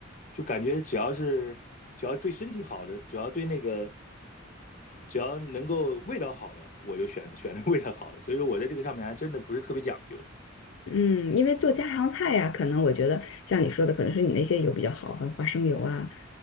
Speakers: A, on the left (about 40°); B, on the left (about 70°).
A: 就感觉只要是只要对身体好的，只要对那个。只要能够味道好的，我就选选那味道好的。所以说我在这个上面还真的不是特别讲究。
B: 嗯，因为做家常菜呀、可能我觉得像你说的，可能是你那些油比较好，像花生油啊、